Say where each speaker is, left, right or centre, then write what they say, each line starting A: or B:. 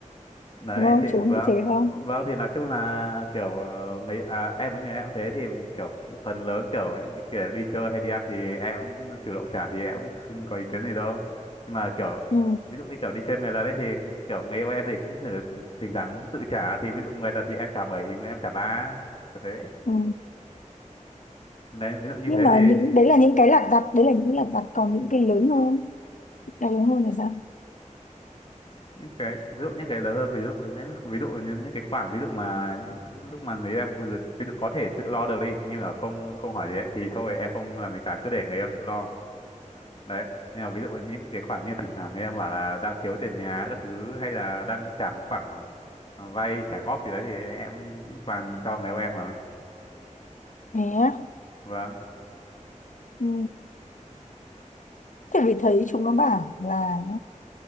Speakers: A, on the left (about 45°); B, on the left (about 75°).
A: đấy
B: đúng không
A: thì
B: chú
A: vâng
B: nghĩ thế không
A: vâng thì nói chung là kiểu ờ, người à, em với người em cũng thế thì kiểu phần lớn kiểu những cái kiểu đi chơi hay đi ăn thì em cũng chủ động trả thì em cũng không có ý kiến gì đâu nhưng mà kiểu
B: ừ.
A: ví dụ như kiểu đi chơi 10 lần đấy thì kiểu người yêu em thì cũng thử thỉnh thoảng tự trả thì ví dụ 10 lần thì em trả 7 thì người em trả ba kiểu thế
B: Ừ.
A: đấy ví dụ như
B: nhưng
A: thế
B: mà
A: thì
B: những đấy là những cái lặt vặt đấy là những lặt vặt còn những cái lớn hơn cái lớn hơn thì sao
A: những cái ví dụ những cái lớn hơn ví dụ những ví dụ như những cái khoản ví dụ mà những lúc mà người em vừa- ví dụ có thể tự lo được đi nhưng mà không không hỏi gì ấy, thì thôi em không làm gì cả cứ để người em tự lo đấy nhưng mà ví dụ những cái khoản như thỉnh thoảng người em bảo là đang thiếu tiền nhà các thứ hay là đang trả một khoản mà- mà vay trả góp gì đấy thì em cũng toàn cho người yêu em mà
B: thế á
A: vâng
B: ừ. Thế vì thấy chúng nó bảo là